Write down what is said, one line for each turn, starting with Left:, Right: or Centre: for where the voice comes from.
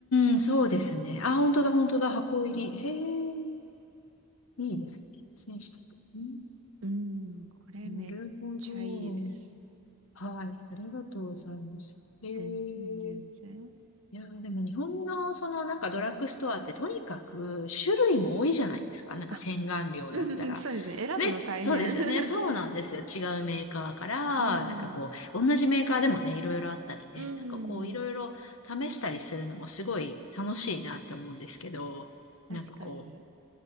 Left: ーん、そうですね。あ、本当だ、本当だ、箱入り。へえ、いいですね。選手うん
Right: うん、これめっちゃいいです。
Left: なるほど。はい、ありがとうございます。へえ。
Right: 全然全然。
Left: いやーでも日本のそのなんかドラッグストアってとにかく種類も多いじゃないですか。なんか洗顔料だったら。
Right: あ、うん、そうですね。選ぶの大変。
Left: ね、そうですよね。そうなんですよ。違うメーカーから、
Right: <laughs> う
Left: なんかこう、
Right: ん、
Left: 同じメーカーでもね、いろいろあったりね、
Right: うん、
Left: なんかこう、いろいろ試したりするのもすごい楽しいなって思うんですけど、
Right: 確かに。
Left: なんかこ